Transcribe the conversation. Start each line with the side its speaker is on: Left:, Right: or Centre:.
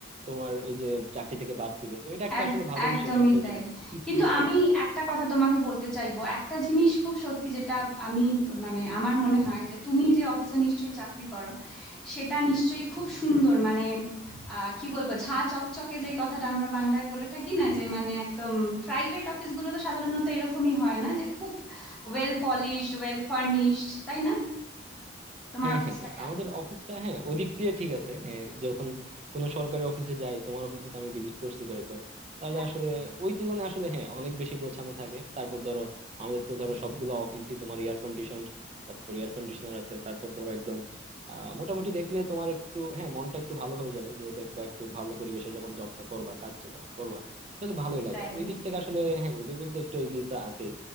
Right: তোমার এই যে চাকরি থেকে বাদ দিবে তো এটা একটা
Centre: এক
Right: আসলে ভালো
Centre: একদমই
Right: বিষয় সরকারি
Centre: তাই
Right: জব সিকিউরিটি
Centre: কিন্তু আমি
Right: আছে অ্যাটলিস্ট
Centre: একটা কথা তোমাকে বলতে চাইবো একটা জিনিস খুব সত্যি যেটা আমি মানে আমার মনে হয় যে তুমি যে অফিসে নিশ্চয়ই চাকরি করো সেটা নিশ্চয়ই খুব সুন্দর মানে আহ কি বলবো ঝাঁ চকচকে যেই কথাটা আমরা বাংলায় বলে থাকি না যে মানে একদম প্রাইভেট অফিসগুলো তো সাধারণত এরকমই হয় না যে খুব ওয়েল পলিশড ওয়েল ফার্নিশড তাই না তোমার
Right: হ্যাঁ
Centre: অফিসটা
Right: হ্যাঁ হ্যাঁ
Centre: কেমন
Right: আমাদের অফিসটা হ্যাঁ ওদিক দিয়ে ঠিক আছে এ, যখন কোনো সরকারি অফিসে যাই তোমার অফিসে তো আমি ভিজিট করছি কয়েকবার তাহলে
Centre: হ্যাঁ
Right: আসলে ওই তুলনায় আসলে হ্যাঁ অনেক বেশি গোছানো থাকে তারপর ধরো আমাদের তো ধরো সবগুলো অফিসই তোমার এয়ার কন্ডিশন তারপর এয়ার কন্ডিশনার আছে তারপর ধরো একদম আহ মোটামুটি দেখলে তোমার একটু হ্যাঁ মনটা একটু ভালো হয়ে যাবে যে দেখবা একটু ভালো পরিবেশে যখন জবটা করবা কাজটা কাজ করবা তাহলে ভালোই
Centre: সেটাই
Right: লাগে ওই দিক থেকে আসলে হ্যাঁ ওই দিক থেকে একটু এগিয়ে তো আছেই